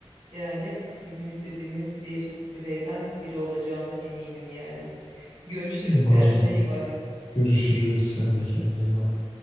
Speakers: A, on the right (about 85°); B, on the left (about 85°).
A: Yani bizim istediğimiz bir bireyden biri olacağına eminim yani. <laughs> Görüşürüz
B: Umarım
A: kendine iyi bak.
B: görüşürüz. Sen de kendine iyi bak.